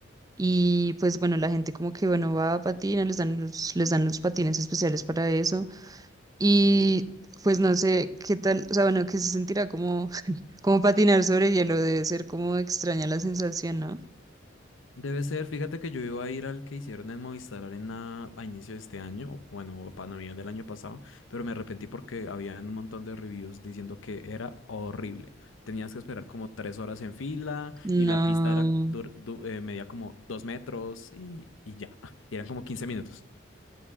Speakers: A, on the right (about 20°); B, on the left (about 80°).
A: Y pues bueno, la gente como que bueno va a patinar les dan los, les dan los patines especiales para eso. Y pues no sé qué tal, o sea, bueno, que se sentirá como, <laughs> como patinar sobre hielo, debe ser como extraña la sensación, ¿no?
B: Debe ser, fíjate que yo iba a ir al que hicieron en Movistar Arena a inicio de este año, o bueno, o para Navidad del año pasado, pero me arrepentí porque había un montón de reviews diciendo que era horrible. Tenías que esperar como tres horas en fila
A: No,
B: y la pista era dur- du- eh, medía como dos metros y, y ya, <laughs> y eran como quince minutos.